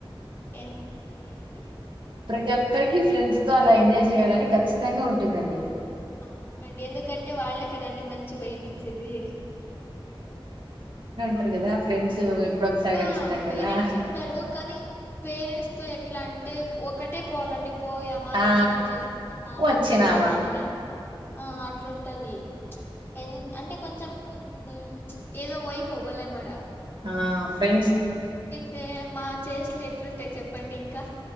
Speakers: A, on the left; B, on the right.
A: ఏం సర్ ఏమండి
B: ప్రతి ఒక్కరికి ఫ్రెండ్స్ తో అలా ఎంజాయ్ జేయాలని ఖచ్చితంగా ఉంటుందండి
A: అవునండి ఎందుకంటే వాళ్లేే కదండి మంచి వైబిచ్చేది
B: అఅంటారు గదా ఫ్రెండ్స్ ఒకసారి
A: ఆ
B: కలుస్తాం
A: పేరెంట్స్
B: కదా
A: ఉంటారు కానీ పేరెంట్స్ తో ఎ ఇట్లా అంటే ఒకటే పోవాలంటే పోయామా
B: ఆ
A: దర్శనం చేసుకున్నామా
B: వచ్చినామా
A: వచ్చేసామా అన్నట్ ఆ అట్లుంటది ప్చ్ ఎన్ అంటే కొంచెం మ్మ్ ప్చ్ ఏదో వైబ్ అవ్వలే మడ
B: ఆ ఫ్రెండ్స్
A: తే మా చేస్లు ఎట్లుంటాయి చెప్ చెప్పండి ఇంకా